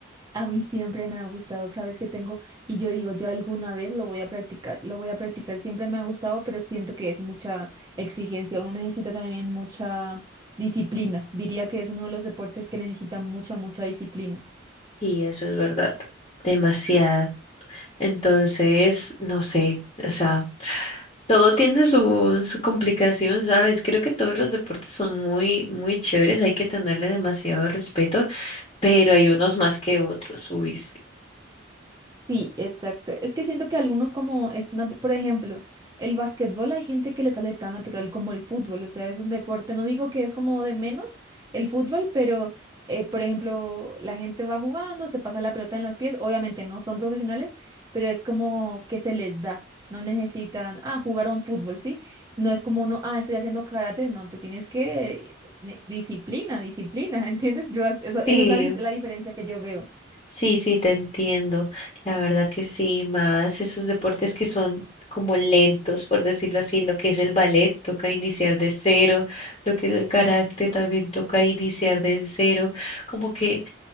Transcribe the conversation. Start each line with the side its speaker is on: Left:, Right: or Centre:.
Right: A mí siempre me ha gustado, sabes que tengo, y yo digo, yo alguna vez lo voy a practicar, lo voy a practicar, siempre me ha gustado, pero siento que es mucha exigencia, uno necesita también mucha disciplina, diría que es uno de los deportes que necesita mucha, mucha disciplina.
Left: Sí, eso es verdad. Demasiada. Entonces, no sé, o sea, todo tiene su, su complicación, ¿sabes? Creo que todos los deportes son muy, muy chéveres, hay que tenerle demasiado respeto pero hay unos más que otros. Uy, sí.
Right: Sí, exacto. Es que siento que algunos como es, natu- por ejemplo, el básquetbol hay gente que le sale tan natural como el fútbol, o sea, es un deporte, no digo que es como de menos el fútbol, pero eh, por ejemplo, la gente va jugando, se pasa la pelota en los pies, obviamente no son profesionales, pero es como que se les da, no necesitan, ah, jugaron fútbol, ¿sí? No es como uno, ah, estoy haciendo karate, no, tú tienes que ne- disciplina, disciplina, <laughs> ¿entiendes? Yo, as- eso,
Left: Sí,
Right: esa es la, dis- la diferencia que yo veo.
Left: sí, sí, te entiendo. La verdad que sí, más esos deportes que son como lentos, por decirlo así, lo que es el ballet toca iniciar de cero, lo que es el karate también toca iniciar de cero, como que